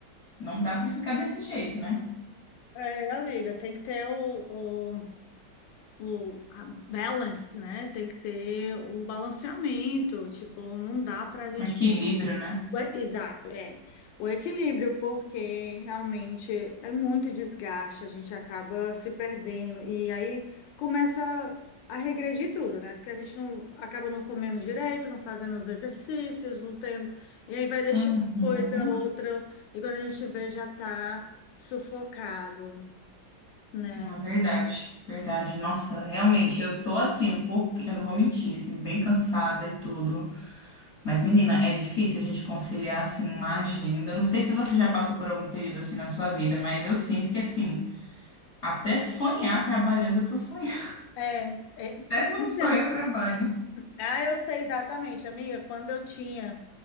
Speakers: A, on the left; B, on the left.
A: não dá pra ficar desse jeito, né?
B: É, amiga, tem que ter o, o, o a balance, né? Tem que ter o balanceamento. Tipo, não dá pra gente
A: Um equilíbrio, né?
B: O e- Exato, é. O equilíbrio, porque realmente é muito desgaste, a gente acaba se perdendo e aí começa a regredir tudo, né? Porque a gente não acaba não comendo direito, não fazendo os exercícios, não tendo, e aí vai deixando
A: Uhum.
B: coisa outra, e quando a gente vê já tá sufocado, né?
A: Não, é verdade, verdade. Nossa, realmente, eu tô assim, um pouco, eu não vou mentir, assim, bem cansada e tudo. Mas, menina, é difícil a gente conciliar, assim, uma agenda. Não sei se você já passou por algum período assim na sua vida, mas eu sinto que, assim, até sonhar trabalhando, eu tô sonhando.
B: É, é,
A: <laughs> Até no
B: então,
A: sonho eu trabalho.
B: Ah, eu sei exatamente, amiga. Quando eu tinha,